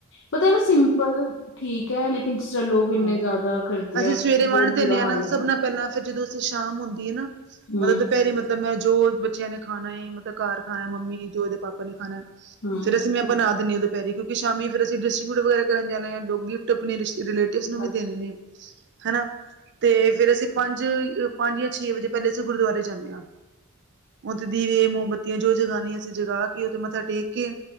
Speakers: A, on the left (about 60°); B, on the right (about 50°).
A: ਪਤਾ ਏਵੇਂ ਸਿੰਪਲ ਠੀਕ ਐ, ਲੇਕਿਨ ਚਲੋ ਲੋਕ ਇੰਨੇ
B: ਹਾਂ
A: ਜ਼ਾਦਾ ਕਰਦੇ
B: ਅਸੀਂ
A: ਆ।
B: ਸਵੇਰੇ
A: ਬਹੁਤ
B: ਵੰਡ ਦਿੰਦੇ
A: ਬੁਰਾ
B: ਆ ਨਾ,
A: ਹਾਲ
B: ਸਭਨਾ
A: ਹੈ
B: ਪਹਿਲਾਂ ਫੇਰ ਜਦੋਂ ਅਸੀਂ ਸ਼ਾਮ ਹੁੰਦੀਏ ਨਾ,
A: ਹਮ
B: ਮਤਲਬ ਦੁਪਹਿਰੀ ਮਤਲਬ ਮੈਂ ਜੋ ਬੱਚਿਆਂ ਨੇ ਖਾਣਾ ਏ ਤਾਂ ਘਰ ਖਾਣਾ ਏ ਮੰਮੀ, ਜੋ ਇਹਦੇ ਪਾਪਾ ਨੇ ਖਾਣਾ ਏ,
A: ਹਮ
B: ਫੇਰ ਅਸੀਂ ਮੈਂ ਬਣਾ ਦਿੰਦੇ ਹਾਂ ਦੁਪਹਿਰੇ, ਕਿਉਕਿ ਸ਼ਾਮੀਂ ਫਿਰ ਅਸੀਂ ਡਿਸਟਰੀਬਊਟ ਵਗੈਰਾ ਕਰਨ ਜਾਦੇ ਆ ਲੋਕ ਗਿਫਟ ਆਪਣੇ ਰਿਲੇ ਕਿਸਨੂੰ
A: ਹਮ
B: ਵੀ
A: ਅੱਛਾ
B: ਦੇਣੇ ਨੇ, ਹਨਾ ਤੇ ਫਿਰ ਅਸੀਂ ਪੰਜ, ਪੰਜ ਜਾਂ ਛੇ ਵਜੇ ਪਹਿਲੇ ਅਸੀਂ ਗੁਰਦੁਆਰੇ ਜਾਂਦੇ ਹਾਂ। ਉੱਥੇ ਦੀਵੇ ਮੋਮਬੱਤੀਆਂ ਜੋ ਜਗਾਣੀ ਅਸੀਂ ਜਗਾ ਕੇ, ਉਥੇ ਮੱਥਾ ਟੇਕ ਕੇ